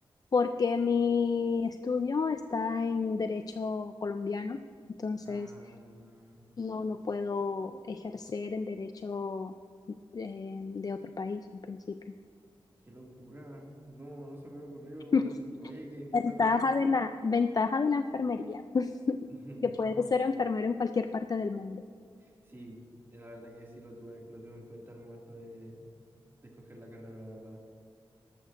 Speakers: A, on the left; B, on the right.
A: Porque mi estudio está en derecho colombiano, entonces
B: Ah,
A: No, no puedo ejercer el derecho eh, de otro país en principio.
B: qué locura. No, no se me había ocurrido.
A: <laughs>
B: en- Oye, qué, qué
A: Ventaja
B: paja igual.
A: de la, ventaja de la enfermería, <laughs>
B: <laughs>
A: que puedes ser enfermero en cualquier parte del mundo.
B: Sí, la verdad que sí lo tuve, lo tuve en cuenta al momento de, de escoger la carrera, la verdad.